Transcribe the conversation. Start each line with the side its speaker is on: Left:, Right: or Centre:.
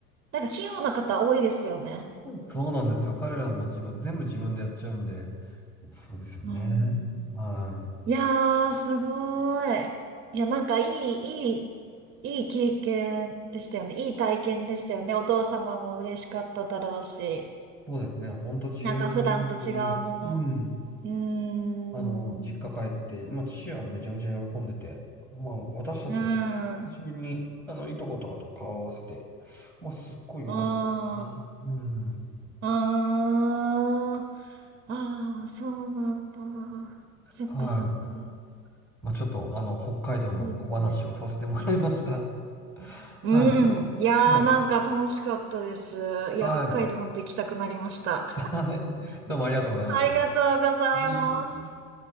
Right: なんか器用な方多いですよね。
Centre: そうなんですよ。彼らも自分、全部自分でやっちゃうんで、そうですよね。
Right: うん。
Centre: はい。
Right: いやー、すごい。いや、なんかいい、いい、いい経験でしたよね。いい体験でしたよね。お父様も嬉しかっただろうし。
Centre: そうですね。ほんと10年ぶりに、
Right: なんか普段と違うもの。
Centre: うん。
Right: うーん。
Centre: あの、実家帰って、
Right: う
Centre: まあ、父はめちゃめちゃ喜んでて、まあ、私たちも、
Right: ーん。う
Centre: 久しぶりに、あの、いとことかと顔を合わせて、まあ、すっごい良かったですね。
Right: ーん。う
Centre: うん。
Right: ーん。ああ、そうなんだ。そっかそっか。
Centre: はい。まあ、ちょっと、あの、北海道の小話をさせてもらいました。
Right: いいですね。うん。
Centre: <laughs>
Right: うん。
Centre: はい。
Right: いやー、
Centre: も
Right: なんか楽しかったです。いや、
Centre: うはい。
Right: 北海道本当行きたくなりました。
Centre: <laughs> はい。どうもありがとうございました。
Right: ありがとうございます。
Centre: はい。